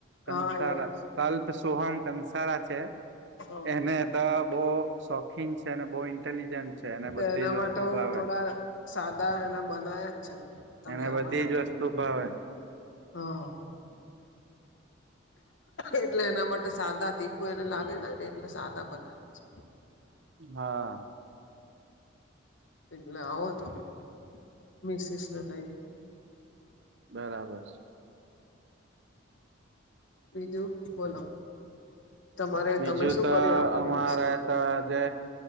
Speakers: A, on the right (about 60°); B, on the left (about 70°).
A: કંસારા
B: હા એ
A: કલ્પ સોહમ કંસારા છે
B: હા
A: એને હતા બહ શોખીન છે અને બહુ ઇન્ટેલિજન્ટ છે અને
B: તો
A: બધી
B: એના
A: જ
B: માટે
A: વસ્તુ
B: હું
A: ભાવે
B: થોડા સાદા એના બનાયા જ છે મેં તમે
A: એને
B: આવવાના
A: બધી જ
B: હતા
A: વસ્તુ
B: એટલે.
A: ભાવ
B: હા એટલે એના માટે સાદા તીખું એને લાગે ને એટલે સાદા બનાવે છે
A: હા
B: એટલે આવો તમે મિસસ ના લઈને
A: બરાબર
B: બીજું બોલો તમારે
A: બીજું
B: તમે શું
A: તો
B: કર્યું આખો
A: અમારે
B: દિવસ
A: હતા જે